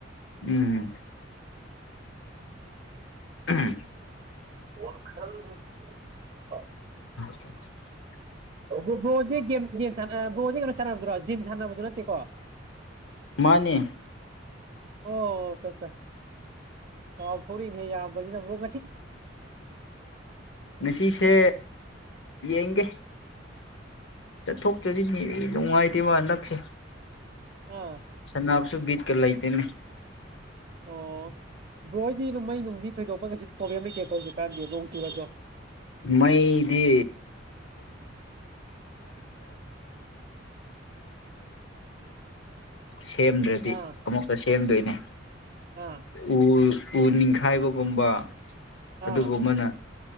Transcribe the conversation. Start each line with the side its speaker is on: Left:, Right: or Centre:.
Left: ꯎꯝꯝ ꯎꯝ
Right: <inaudible>
Left: <unintelligible>
Right: <unintelligible> ꯒꯦꯝ꯫ ꯒꯦꯝ ꯁꯥꯅꯔꯕꯣꯗꯤ ꯀꯩꯅꯣ꯫ ꯆꯥꯅꯕꯗꯨꯔꯣ꯫ ꯖꯤꯝ ꯁꯥꯟꯅꯕꯗꯨ ꯅꯠꯇꯦꯀꯣ꯫
Left: ꯃꯥꯅꯦ
Right: ꯑꯣ ꯑꯠꯆꯆꯥ ꯀꯥꯎꯊꯣꯛꯎ <unintelligible> ꯌꯥꯝꯕꯅꯤꯅ ꯃꯔꯨꯞ꯫
Left: ꯉꯁꯤꯁꯦ꯫ ꯌꯦꯡꯒꯦ꯫ ꯆꯠꯊꯣꯛ ꯆꯠꯖꯤꯟꯒꯤꯗꯤ ꯅꯨꯡꯉꯥꯏꯇꯦꯕ ꯍꯟꯗꯛꯁꯦ꯫
Right: ꯑꯥ
Left: ꯁꯥꯟꯅꯕꯁꯨ ꯕꯤꯠ ꯀ ꯂꯩꯇꯦꯅꯦ꯫
Right: ꯑꯣ꯫ ꯭ꯕꯔꯣ ꯍꯣꯏꯗꯤ ꯗꯨꯝ ꯃꯩꯅꯨꯡꯗꯤ꯫ ꯊꯣꯏꯗꯣꯛꯄ ꯀꯩꯁꯨ ꯄ꯭ꯔꯣꯕ꯭ꯂꯦꯝ ꯂꯩꯇꯦꯀꯣ ꯍꯧꯖꯤꯛꯀꯥꯟꯗꯤ ꯅꯣꯡ ꯆꯨꯔꯁꯨ꯫
Left: ꯃꯩꯗꯤ꯫ ꯁꯦꯝꯗ꯭ꯔꯗꯤ
Right: ꯑꯥ
Left: ꯑꯃꯨꯛꯀ ꯁꯦꯝꯗꯣꯏꯅꯦ
Right: ꯑꯥ
Left: ꯎꯝ ꯎ꯫ ꯎ ꯅꯤꯡꯈꯥꯏꯕꯒꯨꯝꯕ꯫ ꯑꯗꯨꯒꯨꯝꯕꯅ꯫
Right: ꯑꯥ